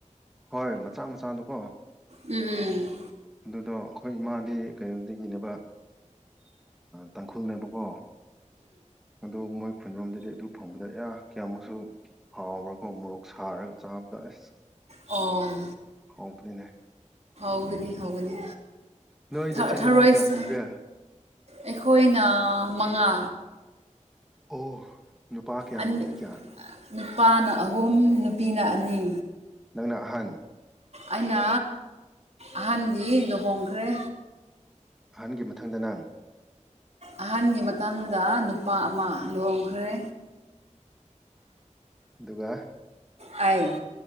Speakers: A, in the centre; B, on the right (about 60°).
A: ꯍꯣꯏ ꯃꯆꯥ ꯃꯆꯥꯗꯨ ꯀꯣ
B: ꯎꯝ ꯎꯝ
A: ꯑꯗꯨꯗꯣ ꯑꯩꯈꯣꯏ ꯏꯃꯥꯗꯤ ꯀꯩꯅꯣꯗꯒꯤꯅꯦꯕ ꯇꯥꯡꯈꯨꯜꯅꯦꯕꯀꯣ ꯑꯣ ꯃꯣꯏ ꯈꯨꯟꯔꯣꯝꯗꯗꯤ ꯑꯗꯨ ꯐꯪꯕꯗ ꯑ ꯀꯌꯥꯃꯨꯛꯁꯨ ꯍꯥꯎꯕ꯭ꯔꯥꯀꯣ ꯃꯣꯔꯣꯛ ꯁꯥꯔꯒ ꯆꯥꯕꯗ ꯑꯁ
B: ꯑꯣ
A: ꯍꯥꯎꯕꯅꯤꯅꯦ
B: ꯍꯧꯒꯅꯤ ꯍꯧꯒꯅꯤ
A: ꯅꯣꯏ
B: ꯊ-
A: ꯅꯆꯤꯟ
B: ꯊꯔꯣꯏꯁꯦ
A: ꯅꯅꯥꯎ ꯀꯌꯥ ꯁꯨꯒꯦ
B: ꯑꯩꯈꯣꯏꯅ ꯃꯉꯥ
A: ꯑꯣ ꯅꯨꯄꯥ ꯀꯌꯥ
B: ꯑꯅꯤ
A: ꯅꯨꯄꯤ ꯀꯌꯥ
B: ꯅꯨꯄꯥꯅ ꯑꯍꯨꯝ ꯅꯨꯄꯤꯅ ꯑꯅꯤ
A: ꯅꯪꯅ ꯑꯍꯟ
B: ꯑꯩꯅ ꯑꯍꯟꯗꯤ ꯂꯨꯍꯣꯡꯈ꯭ꯔꯦ
A: ꯑꯍꯟꯒꯤ ꯃꯊꯪꯗ ꯅꯪ
B: ꯑꯍꯟꯒꯤ ꯃꯇꯥꯡꯗ ꯅꯨꯄꯥ ꯑꯃ ꯂꯨꯍꯣꯡꯈ꯭ꯔꯦ
A: ꯑꯗꯨꯒ
B: ꯑ